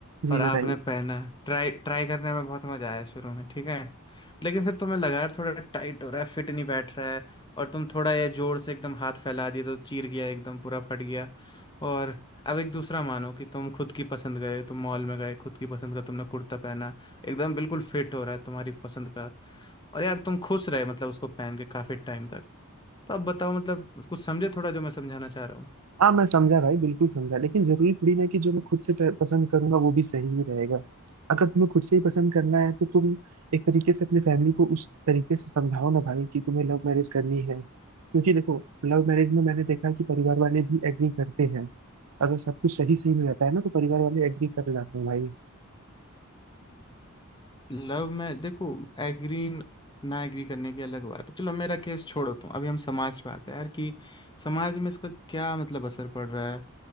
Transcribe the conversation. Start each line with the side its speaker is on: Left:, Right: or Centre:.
Right: जी
Left: और आपने
Right: बताइए
Left: पहना ट्राई ट्राई करने में बहुत मजा आया शुरू में ठीक है लेकिन फिर तुम्हें लगा यार थोड़ा टाइट हो रहा है फिट नहीं बैठ रहा है और तुम थोड़ा ये जोर से एकदम हाथ फैला दिए तो चीर गया एकदम पूरा फट गया और अब एक दूसरा मानो कि तुम खुद की पसंद गए तुम मॉल में गए खुद की पसंद का तुमने कुर्ता पहना एकदम बिल्कुल फिट हो रहा है तुम्हारी पसंद का और यार तुम खुश रहे मतलब उसको पहन के काफी टाइम तक तो अब बताओ मतलब कुछ समझे थोड़ा जो मैं समझाना चाह रहा हूँ
Right: हाँ मैं समझा भाई बिल्कुल समझा लेकिन जरूरी थोड़ी ना है कि जो मैं खुद से प- पसंद करूंगा वो भी सही ही रहेगा अगर तुम्हें खुद से ही पसंद करना है तो तुम एक तरीके से अपने फैमिली को उस तरीके से समझाओ ना भाई कि तुम्हें लव मैरिज करनी है क्योंकि देखो लव मैरिज में मैंने देखा कि परिवार वाले भी एग्री करते हैं अगर सब कुछ सही सही में रहता है ना तो परिवार वाले एग्री कर जाते हैं भाई
Left: लव में देखो एग्री ना एग्री करने की अलग बात है चलो मेरा केस छोड़ो तुम अभी हम समाज पे आते हैं यार कि समाज में इसका क्या मतलब असर पड़ रहा है